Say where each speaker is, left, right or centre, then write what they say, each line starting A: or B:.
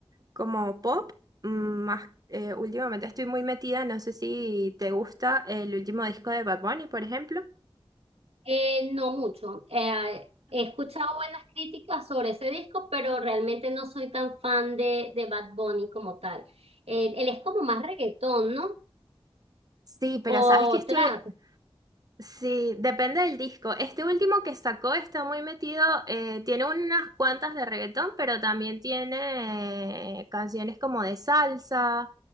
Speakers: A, on the right; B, on the right.
A: como pop, mm, más, eh, últimamente estoy muy metida, no sé si te gusta el último disco de Bad Bunny, por ejemplo.
B: Eh, no mucho. Eh, he escuchado buenas críticas sobre ese disco, pero realmente no soy tan fan de, de Bad Bunny como tal. Él, él es como más reggaetón, ¿no?
A: Sí, pero
B: O
A: sabes que estoy
B: trap.
A: Sí, depende del disco. Este último que sacó está muy metido, eh, tiene unas cuantas de reggaetón, pero también tiene eh, canciones como de salsa,